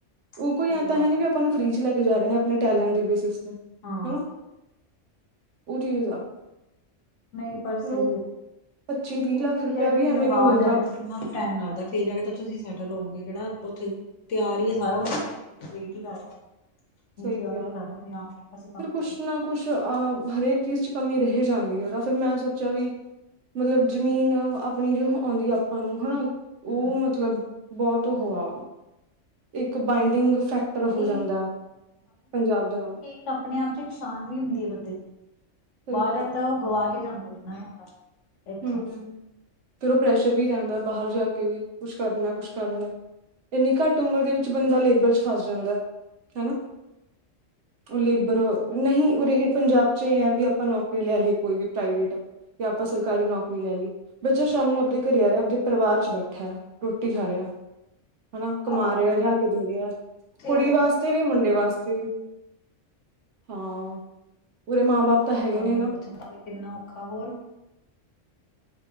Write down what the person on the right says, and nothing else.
ਉਹ
ਕੋਈ ਐ ਤਾਂ
ਹੈ ਨੀ ਵੀ ਆਪਾਂ ਨੂੰ ਫ੍ਰੀ ਚ ਲੈ ਕੇ ਜਾ ਰਹੇ ਨੇ ਆਪਣੇ ਟੈਲੈਂਟ ਦੇ ਬੇਸਿਸ ਤੇ
ਹਨਾ। ਉਹ ਚੀਜ਼ ਆ
ਫਿਰ
ਉਹ
ਪੱਚੀ, ਤੀਹ
ਲੱਖ ਰੁਪਇਆ
ਵੀ
ਐਵੇਂ
ਨੀ ਮਿਲਦਾ
ਸਹੀ ਕਿਹਾ
ਫਿਰ ਕੁਛ
ਨਾ ਕੁਛ ਅ ਹਰੇਕ ਚੀਜ਼ ਚ ਕਮੀ ਰਹਿ ਜਾਂਦੀ ਹੈ ਤਾਂ ਫਿਰ ਮੈਂ ਸੋਚਿਆ ਵੀ ਮਤਲਬ ਜ਼ਮੀਨ ਆਪਣੀ ਜੋ ਆਉਂਦੀ ਆਪਾ ਨੂੰ ਹਨਾ ਉਹ
ਮਤਲਬ ਬਹੁਤ ਉਹ ਹਾਂ। ਇੱਕ ਬਾਇੰਡਿੰਗ ਫੈਕਟਰ
ਹੋ ਜਾਂਦਾ ਪੰਜਾਬ ਦੇ ਨਾਲ।
ਸਹੀ
ਕਿਹਾ
ਹਮ ਫਿਰ ਉਹ ਪ੍ਰੈਸ਼ਰ ਵੀ ਰਹਿੰਦਾ ਬਾਹਰ ਜਾ ਕੇ ਵੀ ਕੁਛ ਕਰਨਾ, ਕੁਛ ਕਰਨਾ। ਇੰਨੀ ਘੱਟ ਉਮਰ ਦੇ ਵਿੱਚ ਬੰਦਾ ਲੇਬਰ ਚ ਫਸ ਜਾਂਦਾ ਹੈ ਨਾ। ਲੇਬਰ ਨਹੀਂ ਉਰੇ ਪੰਜਾਬ ਚ ਇਹ ਹੈ ਵੀ ਆਪਾਂ ਨੌਕਰੀ ਲੈ ਲਈ ਕੋਈ ਵੀ ਪ੍ਰਾਈਵੇਟ। ਕਿ ਆਪਾਂ ਸ ਕਾਰੀ ਨੌਕਰੀ ਲੈ ਲਈ ਬੱਚਾ ਸ਼ਾਮ ਨੂੰ ਆਪਦੇ ਘਰੇ ਆ ਰਿਹਾ ਆਪਦੇ ਪਰਿਵਾਰ ਚ ਬੈਠਾ ਰੋਟੀ ਖਾ ਰਿਹਾ। ਹਨਾ ਕਮਾ
ਰਿਹਾ ਲਿਆ ਕੇ ਦੇ ਰਿਹਾ
ਕੁੜੀ
ਵਾਸ ਸਤੇ ਵੀ ਮੁੰਡੇ ਵਾਸਤੇ ਹਾਂ ਪੂਰੇ ਮਾਂ ਬਾਪ ਤਾਂ ਹੈਗੇ
ਨੇ
ਹਨਾ